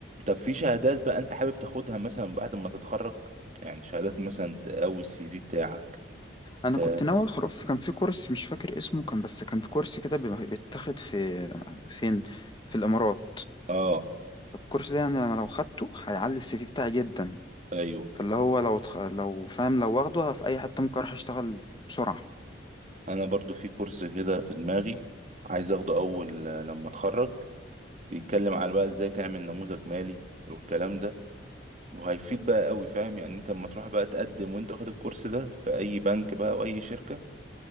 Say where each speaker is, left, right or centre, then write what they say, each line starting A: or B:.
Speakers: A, on the right; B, on the left.
A: طب في شهادات بقى انت حابب تاخدها مثلا بعد ما تتخرج يعني شهادات مثلا تقوي السي في بتاعك
B: انا
A: ت...
B: كنت ناوي ادخل أف- كان في كورس مش فاكر اسمه كان بس كان كورس كده بيبقى بيتاخد في فين في الامارات
A: اه
B: الكورس ده يعني انا لو خدته هيعلي السي في بتاعي جدا
A: ايوه
B: فاللي هو لو تخ... لو فاهم لو واخده في اي حته ممكن اروح اشتغل بسرعه
A: انا برضو في كورس كده في دماغي عايز اخده اول لما اتخرج بيتكلم على بقى ازاي تعمل نموذج مالي والكلام ده وهيفيد بقى قوي فاهم يعني انت لما تروح بقى تقدم وانت واخد الكورس ده في اي بنك بقى او اي شركة